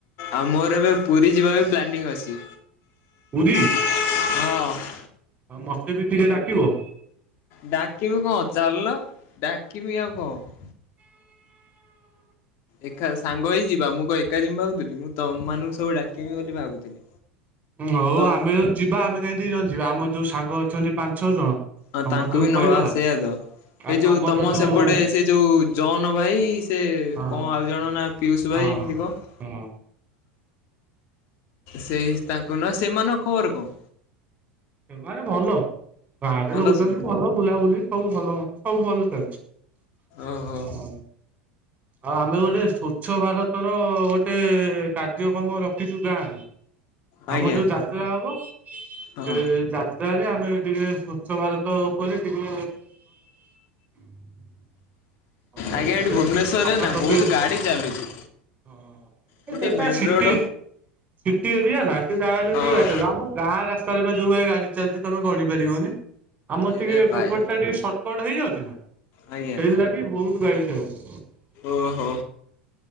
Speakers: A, on the left; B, on the right.
A: ଆଉ ମୋର ଏବେ ପୁରୀ ଯିବାବି ପ୍ଲାନିଂ ଅଛି।
B: ପୁରୀ?
A: ହଁ।
B: ଆଉ ମତେବି ଟିକେ ଡାକିବ।
A: ଡାକିବି କଣ ଚାଲୁନ ଡାକିବି ଆଉ କଣ। ଏକା ସାଙ୍ଗ ହେଇ ଯିବା ମୁଁ କଣ ଏକା ଜିମି ଭାବୁଥିଲି ମୁଁ ତମମାନଙ୍କୁ ସବୁ ଡାକିମି ବୋଲି ଭାବୁଥିଲି।
B: ହୋଉ
A: ତମ୍
B: ଆମେ ଜଦି ଯିବା ଆମେ କାହିଁକି ଦିଜଣ ଯିବା ଆମର ଯୋଉ ସାଙ୍ଗ ଅଛନ୍ତି ପାଞ୍ଚ ଛଅ ଜଣ।
A: ହଁ
B: ସମସ୍ତଙ୍କୁ
A: ତାଙ୍କୁ ବି
B: କହିଦବା
A: ନବା, ସେଇଆତ।
B: ଆଉ
A: ଏଇ
B: ତମର
A: ଯୋଉ ତମ ସେପଟେ
B: ହଁ
A: ସେ ଯୋଉ ଜନଭାଇ ସେ
B: ହଁ
A: କଣ ଆଉ ଜଣଙ୍କ ନାଁ? ପିୟୁଷ ଭାଇ
B: ଆଉ
A: ଏମିତି କଣ?
B: ହଁ।
A: ସେଇ ତାଙ୍କ ନାଁ ସେମାନଙ୍କ ଖବର କଣ?
B: ସେମାନେ ଭଲ ବାହରେ
A: ଭଲ
B: ରହୁଛନ୍ତି
A: ସବୁ
B: ଭଲ ବୁଲାବୁଲି। ସବୁ ଭଲ ସବୁ ଭଲ ଚାଲିଛି।
A: ଓହୋ
B: ଆଉ ଆମେ ଗୋଟେ ସ୍ଵଚ୍ଛ ଭାରତର ଗୋଟେ କାର୍ଯ୍ୟକ୍ରମ ରଖିଛୁ ଗାଁରେ।
A: ଆଜ୍ଞା
B: ଆମ ଯୋଉ ଯାତ୍ରା ହବ
A: ହଁ
B: ସେ ଯା ଏଠାରେ ଆମେ ଟିକେ ସ୍ଵଚ୍ଛ ଭାରତ ଉପରେ ଟିକେ <inaudible> ହଁ ଆଉ
A: ଆଜ୍ଞା
B: ସେଆକୁ
A: ଏଠି ଭୁବନେଶ୍ୱରରେ
B: ଟିକେ ସଫାସଫି
A: ନା ବହୁତ ଗାଡି ଚାଲୁଛି
B: ହଁ
A: ଗୋଟେ
B: ସେଟା
A: ମେନ୍
B: ସିଟି
A: ରୋଡ
B: ସିଟି ଏରିଆନା ସେ ଯାହା ହେଲେଵି
A: ହଁ
B: ଗାଡ଼ି ଆମ ଗାଁ ରାସ୍ତାରେବା ଯଉଭଳିଆ ଗାଡି ଚାଲିଛି ତମେ ଗଣିପାରିବନି। ଆମର
A: ଏରେ
B: ଟିକେ ଏପଟଟା
A: ଭାଇ
B: ଟିକେ ସଟକଟ ହେଇଯାଉଛି ନା
A: ଆଜ୍ଞା
B: ସେଇଥିଲାଗି ବହୁତ ଗାଡି ଚାଲୁଛି।
A: ଓହୋ